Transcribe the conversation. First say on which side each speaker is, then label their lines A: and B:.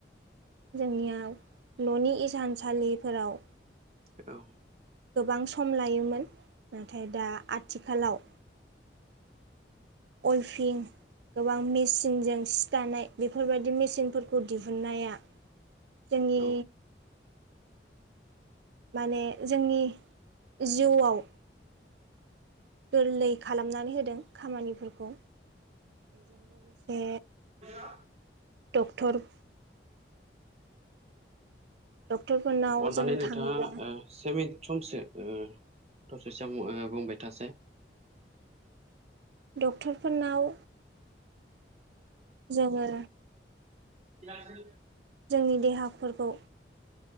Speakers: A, on the right (about 70°); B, on the right (about 35°).
A: जोंनियाव न'नि इसानसालिफोराव
B: औ
A: गोबां सम लायोमोन नाथाय दा आथिखालाव अलफिं गोबां मेचिनजों सि दानाय बेफोरबायदि मेचिनफोरखौ दिहुननाया जोंनि
B: औ
A: माने जोंनि जिउआव गोरलै खालामनानै होदों खामानिफोरखौ जों लोगोसे
B: औ
A: दक्टर डक्टरफोरनाव
B: अन्नानै
A: जों
B: नोंथाङा
A: थाङोब्ला
B: ओ से मि समसो ओ थसे सम बुंबाय थासाय
A: डक्टरफोरनाव जोङो
B: <unintelligible>
A: जोंनि देहाफोरखौ